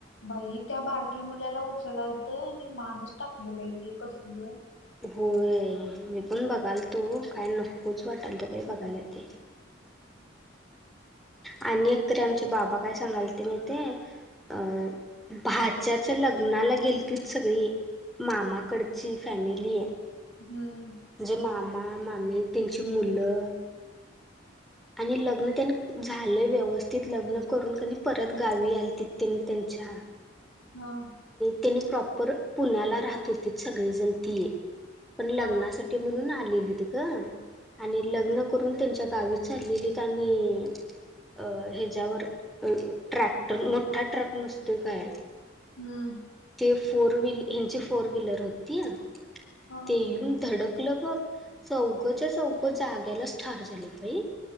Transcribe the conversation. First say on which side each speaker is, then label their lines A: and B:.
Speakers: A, on the left; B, in the centre.
A: बाई त्या बारक्या मुलाला उचलालत आणि मानच टाकलं बाई ते कसल.
B: होय मी पण बघाल तो काय नकोच वाटाल तर बाई बघायला ते.... आणि एकतरी आमचे बाबा काय सांगाल ते मी ते अ भाच्याच.... लग्नाला गेल त सगळी मामाकडची फॅमिली....
A: हम्म.
B: म्हणजे मामा मामी त्यांची मुलं.... आणि लग्न त्यांनी झालंय व्यवस्थित लग्न करून कनी परत गावी आल त त्यांनी त्यां..... अच्छा..
A: हम...
B: त्यांनी प्रॉपर पुण्याला राहत होती, सगळेजण ती ये पण लग्नासाठी
A: हा.
B: म्हणून ना... आलेली त ग आणि लग्न करून त्यांच्या गावीत चाललेली आणि... अ ह्याच्यावर अ ट्रॅक्टर मोठा ट्रक नसतोय काय....
A: हम्म....
B: ते फोर व ह्याची फोर वीलर होती
A: ह.
B: ते येऊन धडक... गलं बघ चौघच्या चौक जाग्यालाच ठार झाले बाई....